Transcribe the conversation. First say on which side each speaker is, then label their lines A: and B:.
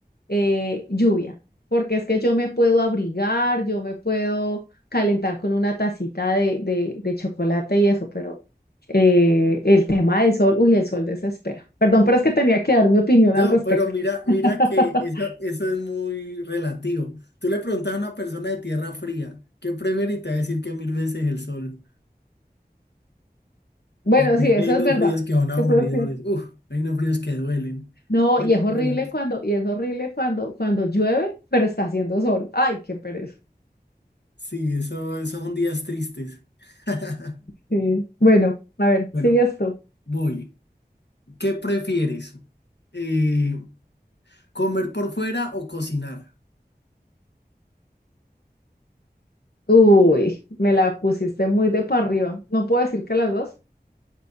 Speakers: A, on the left; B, on the left.
A: eh, lluvia, porque es que yo me puedo abrigar, yo me puedo calentar con una tacita de, de, de chocolate y eso, pero eh, el tema del sol, uy, el sol desespera. Perdón, pero es que tenía que dar mi opinión
B: No,
A: al respecto.
B: pero mira,
A: <laughs>
B: mira que eso, eso es muy relativo. Tú le preguntas a una persona de tierra fría, ¿qué prefiere? Y te va a decir que mil veces el sol.
A: Bueno,
B: Porque es
A: sí, eso
B: que hay unos
A: es verdad.
B: fríos que son aburridores.
A: Eso es cierto.
B: Uf, hay unos fríos que duelen.
A: No,
B: Pero,
A: y es horrible
B: pero
A: cuando, y es horrible cuando, cuando llueve, pero está haciendo sol. Ay, qué pereza.
B: sí, eso, esos son días tristes. <laughs>
A: Sí. Bueno, a ver,
B: Bueno,
A: sigue esto.
B: voy. ¿Qué prefieres? Eh, ¿comer por fuera o cocinar?
A: Uy, me la pusiste muy de para arriba. No puedo decir que las dos.